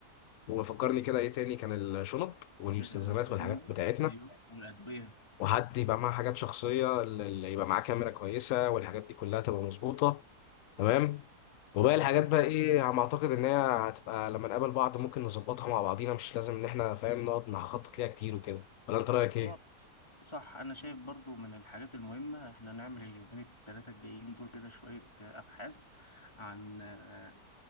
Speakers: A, on the left (about 70°); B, on the left (about 15°).
A: وفكرني كده ايه تاني كان الشنط والمستلزمات
B: الهدوم
A: والحاجات بتاعتنا
B: ايوه والادويه
A: وحد يبقى معاه حاجات شخصية اللي يبقى معاه كاميرا كويسة والحاجات دي كلها تبقى مظبوطة تمام وباقي
B: اه
A: الحاجات بقى ايه على ما اعتقد ان هي هتبقى لما نقابل بعض ممكن نظبطها مع بعضينا مش لازم ان احنا فاهم نقعد نخطط ليها كتير وكده ولا انت رأيك
B: خلاص
A: ايه؟
B: صح انا شايف برضو من الحاجات المهمة احنا نعمل اليومين التلاتة الجايين دول كده شوية آه، ابحاث عن آه،